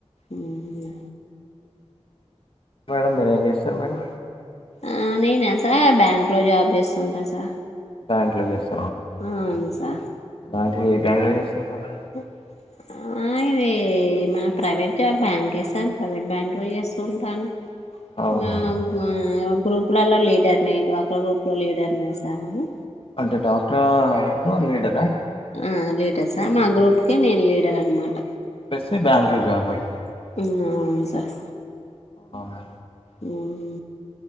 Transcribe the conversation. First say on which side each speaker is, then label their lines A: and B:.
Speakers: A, on the left (about 75°); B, on the left (about 55°).
A: మ్మ్ అ
B: మేడం మీరేం చేస్సరు మేడం
A: ఆ నేనా సార్ బ్యాంక్ లో జాబ్ చేస్తుంటా సార్
B: బ్యాంక్ లో చేస్
A: అవును సార్
B: బ్యాంక్లో ఏ బ్యాంకులో చేస్తరు మేడం
A: హ్మ్ ఆ ఆ ఇది మన ప్రైవేట్ జాబ్ బ్యాంకే సార్ ప్రైవేట్ బ్యాంకులో చేస్సుంటాను
B: అవునా
A: అ ఆ గ్రూప్లల్లో లీడర్ని డ్వాక్ర గ్రూప్ లో లీడర్నే సార్ నేను
B: అంటే డ్వాక్రా లో లీడరా
A: ఆ లీడర్సా మా గ్రూప్ కి నేను లీడర్ అనమాట
B: వేస్తె బ్యాంక్ లో జాబర్ <unintelligible>
A: ఉం అవును సార్
B: అవునా
A: ఉ <unintelligible>